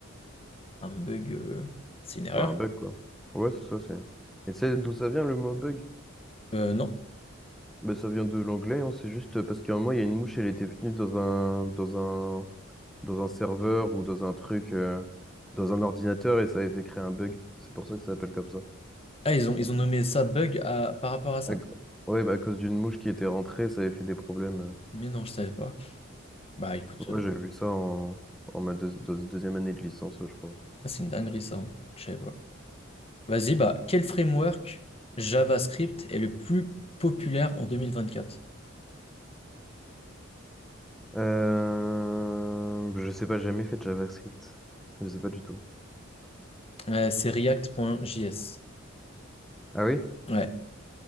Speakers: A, on the left; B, in the centre.
A: un bug, euh, c'est une erreur?
B: Bah, un bug, quoi. Ouais, c'est ça, c'est. Et tu sais d'où ça vient le mot bug?
A: Euh, non.
B: Bah, ça vient de l'anglais, hein, C'est juste parce qu'à un moment, il y a une mouche, elle était venue dans un, dans un, dans un serveur ou dans un truc, euh, dans un ordinateur et ça avait fait créer un bug. C'est pour ça que ça s'appelle comme ça.
A: Ah, ils ont, ils ont nommé ça bug à, par rapport à ça?
B: À- Ouais, bah, à cause d'une mouche qui était rentrée, ça avait fait des problèmes. euh.
A: Mais non, je savais pas. Bah écoute,
B: Ouais,
A: euh,
B: j'ai vu ça en, en ma deuxi- deuxi- deuxième année de licence, je crois.
A: ah, c'est une dinguerie ça. hein. Je savais pas. Vas-y, bah, quel framework JavaScript est le plus populaire en 2024?
B: Euh... Je sais pas, j'ai jamais fait de JavaScript. Je sais pas du tout.
A: Euh, c'est React.js.
B: Ah oui?
A: Ouais,